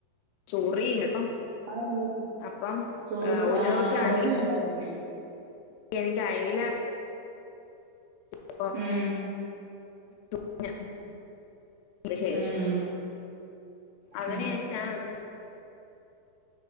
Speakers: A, on the left (about 85°); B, on the right (about 80°).
A: ചൊറിയും കേട്ടോ
B: അത്ണ്ടായിട്ടും
A: അപ്പം
B: ചോറിച്ചില്
A: ഒരു
B: ആ
A: ദിവസം
B: അലർജി
A: ആണെങ്കി
B: ഉണ്ടായിരിക്കും
A: എനിക്ക് അയല പ്പം
B: ഉം
A: തും ഞാൻ ശേഷം
B: ഉം
A: അവനെ
B: ഉം
A: <unintelligible>